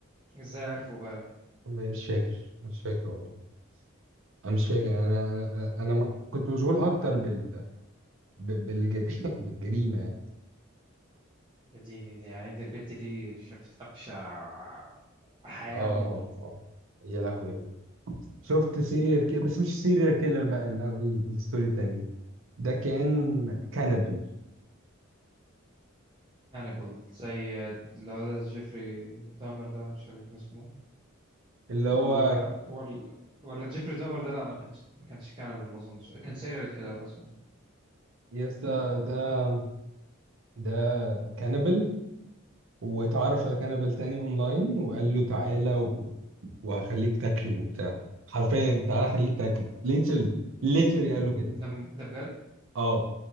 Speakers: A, on the right; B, on the right.
A: ازاي عرفوا بقى
B: مش فاكر مش فاكر والله انا مش فاكر انا انا انا أنا ما كنت مشغول اكتر بال ب- بالج... <laughs> بالجريمة اه
A: يا ديني دي عند البت دي شافت أبشع حياة
B: آه.
A: وموت
B: يا لهوي أوي شفت سيريال كيلر بس مش سيريال كيلر بقى ال- ال- الستوري التانية ده كان كانبل
A: هانيبال زي اللي هو جيفري دامر ده انا مش فاكر كان اسمه إيه.
B: اللي هو
A: ولا ولا ولا جيفري دامر ده لا ما كانش ما كانش كانبل ما اظنش كان سيريال كيلر اظن
B: يا اسطى
A: آه.
B: ده ده كانبل واتعرف على كانبل تاني اونلاين وقال له تعالى و... وهخليك تاكله وبتاع حرفيا تعالى خليك تاكله ليترلي ليترلي قال له كده
A: ده ده بجد
B: اه